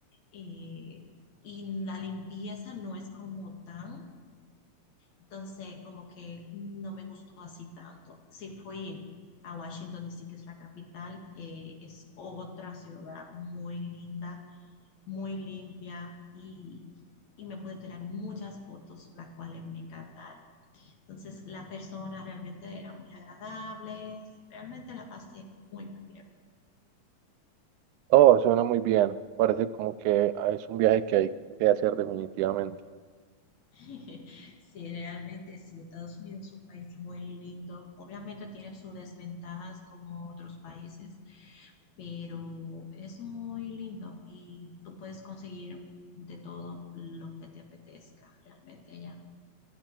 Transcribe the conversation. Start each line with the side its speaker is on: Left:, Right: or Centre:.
Left: eh, y la limpieza no es como tan, entonces como que no me gustó así tanto. Si fui a Washington DC, que es la capital, eh, es otra ciudad muy linda muy limpia y, y me pude tirar muchas fotos, las cuales me encantaron. Entonces, la persona realmente era muy agradable, realmente la pasé muy, muy bien.
Right: Oh, suena muy bien, parece como que ah, es un viaje que hay que hacer definitivamente.
Left: <laughs> Sí, realmente sí, Estados Unidos es un país muy lindo. Obviamente tiene sus desventajas como otros países, pero es muy lindo y tú puedes conseguir de todo lo que te apetezca realmente allá.